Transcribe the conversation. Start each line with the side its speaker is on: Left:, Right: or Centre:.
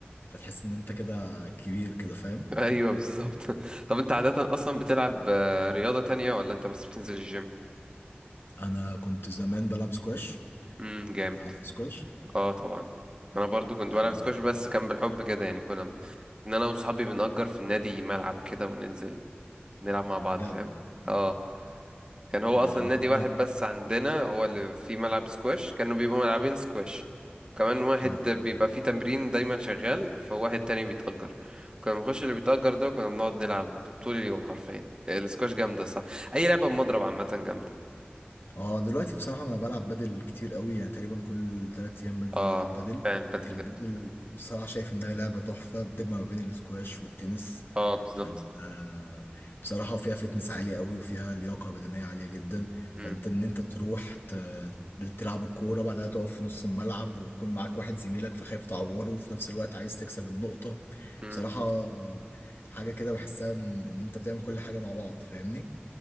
Left: فتحس إن أنت كده كبير كده فاهم
Right: ايوه بالظبط <laughs> طب انت عادة اصلا بتلعب آه، رياضة تانية ولا انت بس بتنزل الجيم
Left: أنا كنت زمان بلعب سكواش
Right: امم جامد
Left: عارف سكواش
Right: اه طبعا انا برضو كنت
Left: أنا
Right: بلعب سكواش بس كان بالحب كده يعني كنا ان انا واصحابي بنأجر في النادي ملعب كده وننزل نلعب مع بعض
Left: بجد
Right: فاهم اه كان
Left: أنا
Right: هو اصلا
Left: أنا
Right: نادي
Left: كنت
Right: واحد بس عندنا هو اللي فيه ملعب سكواش كانوا بيبقوا ملعبين سكواش كمان واحد
Left: اه
Right: بيبقى فيه تمرين دايما شغال فواحد تاني بيتأجر كنا بنخش اللي بيتأجر ده كنا بنقعد نلعب طول اليوم حرفيا هي السكواش جامدة صح أي لعبة بمضرب عامة جامدة
Left: اه دلوقتي بصراحة انا بلعب بدل كتير قوي يعني تقريبا كل تلات ايام بنزل
Right: اه
Left: العب بدل
Right: فعلا بدل
Left: البدل
Right: جامدة
Left: بصراحة شايف انها لعبة تحفة بتجمع ما بين الاسكواش والتنس
Right: اه بالظبط
Left: فانت آه، بصراحة فيها فتنس عالية قوي وفيها لياقة بدنية عالية جدا
Right: مم.
Left: فانت ان انت تروح ت- تلعب الكورة بعدها تقف في نص الملعب ويكون معاك واحد زميلك فخايف تعوره وفي نفس الوقت عايز تكسب النقطة
Right: مم.
Left: بصراحة آه، حاجة كده بحسها ان إن انت بتعمل كل حاجة مع بعض فاهمني